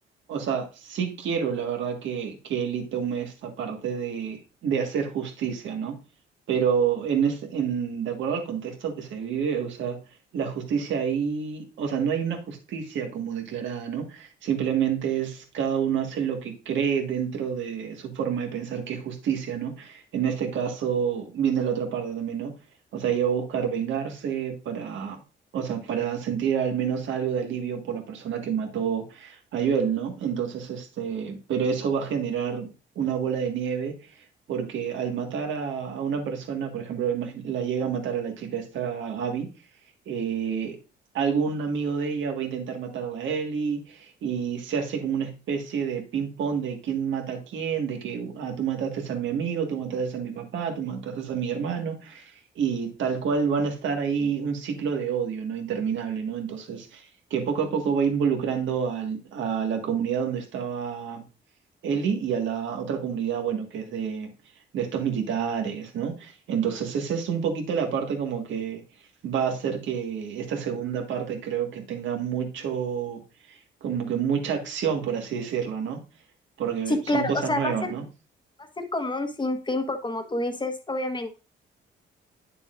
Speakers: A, on the right; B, on the left.
A: O sea, sí quiero, la verdad, que, que Eli tome esta parte de, de hacer justicia, ¿no? Pero en es, en, de acuerdo al contexto que se vive, o sea, la justicia ahí, o sea, no hay una justicia como declarada, ¿no? Simplemente es cada uno hace lo que cree dentro de su forma de pensar que es justicia, ¿no? En este caso viene la otra parte también, ¿no? O sea, ella va a buscar vengarse para, o sea, para sentir al menos algo de alivio por la persona que mató Ayuel, ¿no? Entonces, este, pero eso va a generar una bola de nieve porque al matar a, a una persona, por ejemplo, imagi- la llega a matar a la chica esta Abby, eh, algún amigo de ella va a intentar matar a la Ellie y se hace como una especie de ping-pong de quién mata a quién, de que "Uh, ah, tú mataste a mi amigo, tú mataste a mi papá, tú mataste a mi hermano y tal cual van a estar ahí un ciclo de odio, ¿no? Interminable, ¿no? Entonces, que poco a poco va involucrando al- a la comunidad donde estaba Eli y a la otra comunidad, bueno, que es de, de estos militares, ¿no? Entonces, esa es un poquito la parte como que va a hacer que esta segunda parte creo que tenga mucho, como que mucha acción, por así decirlo, ¿no? Porque
B: Sí,
A: son
B: claro,
A: cosas
B: o sea,
A: nuevas,
B: va a ser
A: ¿no?
B: va a ser como un sinfín, por como tú dices, obviamente